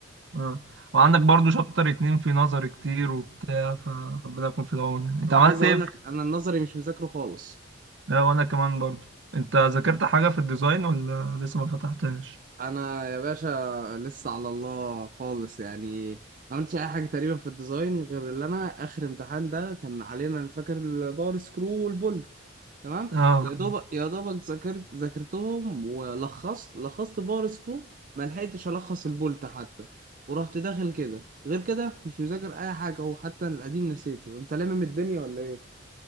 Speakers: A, on the right; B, on the right.
A: اه وعندك برضو شابتر اتنين في نظر كتير وبتاع فربنا يكون في العون يعني انت
B: أنا
A: عملت
B: عايز أقول
A: ايه في-
B: لك أنا النظري مش مذاكره خالص
A: اه وانا كمان برضو انت ذاكرت حاجة في الديزاين ولا لسه ما فتحتهاش
B: انا يا باشا لسه على الله خالص يعني ما عملتش اي حاجه تقريبا في الديزاين غير اللي انا اخر امتحان ده كان علينا انا فاكر الباور سكرو والبولت تمام
A: اه
B: يا دوبك يا دوبك ذاكرت ذاكرتهم ولخصت لخصت باور سكرو ما لحقتش الخص البولت حتى ورحت داخل كده غير كده مش مذاكر اي حاجه وحتى القديم نسيته انت لامم الدنيا ولا ايه